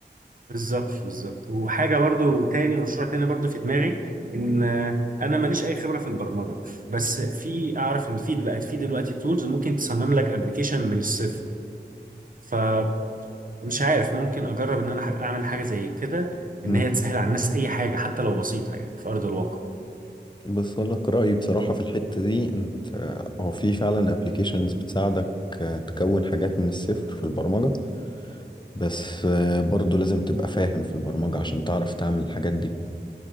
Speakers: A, on the right; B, on the left.
A: بالظبط بالظبط وحاجه برضو تاني مشروع تاني برضو في دماغي ان آه، انا ماليش اي خبره في البرمجه بس في اعرف ان في بقت في دلوقتي تولز ممكن تصمم لك ابلكيشن من الصفر فمش عارف ممكن اجرب ان انا اعمل حاجه زي كده
B: مم.
A: ان هي تسهل على الناس اي حاجه حتى لو بسيطه يعني في ارض الواقع
B: بس اقول لك رايي بصراحه في الحته دي انت هو في فعلا ابلكيشنز بتساعدك آه، تكون حاجات من الصفر في البرمجه بس آه، برضو لازم تبقى فاهم في البرمجه عشان تعرف تعمل الحاجات دي